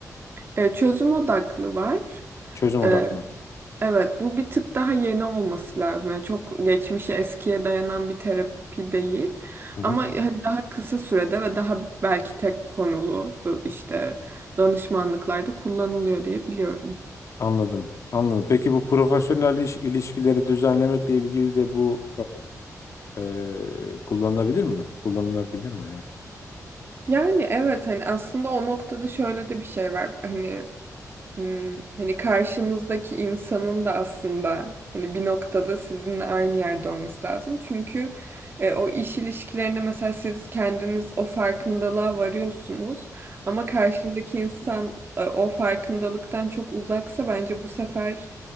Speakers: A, on the right; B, on the left.
A: E, çözüm odaklı var.
B: Çözüm odaklı.
A: E, Evet, bu bir tık daha yeni olması lazım. Yani çok geçmişe, eskiye dayanan bir terapi değil.
B: Hı hı.
A: Ama hani daha kısa sürede ve daha belki tek konulu bu işte danışmanlıklarda kullanılıyor diye biliyorum.
B: Anladım. Anladım. Peki bu profesyonel iş ilişkileri düzenlemekle ilgili de bu e, e, kullanılabilir mi? Kullanılabilir mi ya?
A: Yani evet hani aslında o noktada şöyle de bir şey var. Hani Hmm, hani karşınızdaki insanın da aslında hani bir noktada sizinle aynı yerde olması lazım. Çünkü e, o iş ilişkilerinde mesela siz kendiniz o farkındalığa varıyorsunuz ama karşındaki insan e, o farkındalıktan çok uzaksa bence bu sefer